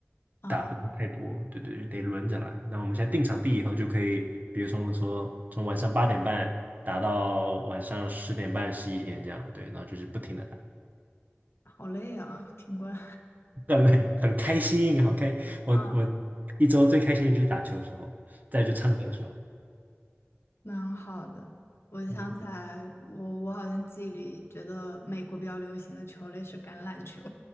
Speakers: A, on the left; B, on the right.
A: 啊，
B: 打不到太多，对对，就得轮着来。那我们现在定场地以后就可以，比如说我们说从晚上八点半打到晚上十点半、十一点这样，对，然后就是不停的打，
A: 好累啊，挺官。
B: <laughs> 很累，很开心，好开。我我
A: <laughs> 啊。
B: 一周最开心的就是打球的时候，再就唱歌的时候，
A: 蛮好的。我想起来，
B: 嗯，
A: 我我好像记忆里觉得美国比较流行的球类是橄榄球，